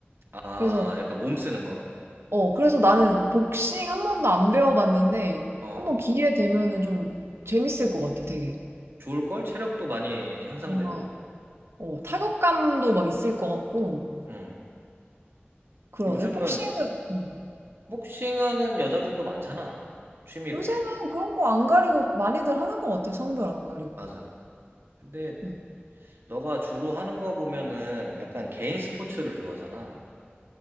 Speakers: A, on the right; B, on the right.
A: 아,
B: 그래서,
A: 약간 몸 쓰는 거.
B: 어, 그래서 나는 복싱 한 번도 안 배워봤는데,
A: 어,
B: 한 번 기회 되면은 좀 재밌을 것 같아, 되게.
A: 좋을걸? 체력도 많이 향상되고.
B: 뭔가, 어, 타격감도 막 있을 것 같고,
A: 음.
B: 그러네.
A: 요즘은
B: 복싱은, 음.
A: 복싱하는 여자들도 많잖아. 취미로.
B: 요새는 그런 거 안 가리고 많이들 하는 것 같아, 성별 안 가리고.
A: 맞아. 근데
B: 음.
A: 너가 주로 하는 거 보면은 약간 개인 스포츠를 좋아하잖아.